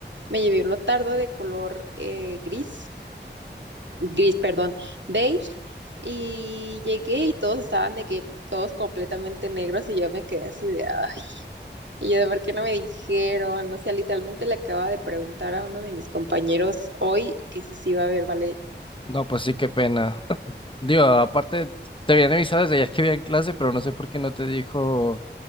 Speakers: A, on the right; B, on the left.
A: Me llevé un leotardo de color eh, gris gris, perdón, beige, y llegué y todos estaban de que todos completamente negros y yo me quedé así de, ay, y yo de por qué no me dijeron, o sea, literalmente le acaba de preguntar a uno de mis compañeros hoy
B: Ah,
A: que si sí iba a haber ballet.
B: No, pues sí, qué pena. <clears throat> Digo, aparte, te habían avisado desde ayer que había en clase, pero no sé por qué no te dijo